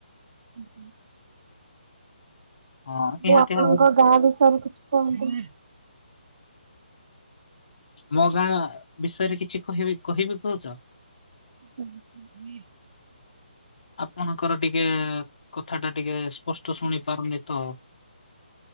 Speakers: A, on the right (about 45°); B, on the left (about 55°).
A: ହୁଁ ହୁଁ।
B: ହଁ ନିହାତି
A: ମୁଁ ଆପଣଙ୍କ
B: ଭାବରେ
A: ଗାଁ ବିଷୟରେ କିଛି କୁହନ୍ତୁ।
B: ମୋ ଗାଁ ବିଷୟରେ କିଛି କହିବି କହିବି କହୁଚ।
A: ହୁଁ।
B: ଆପଣଙ୍କର ଟିକେ କଥା ଟା ଟିକେ ସ୍ପଷ୍ଟ ଶୁଣି ପାରୁନି ତ।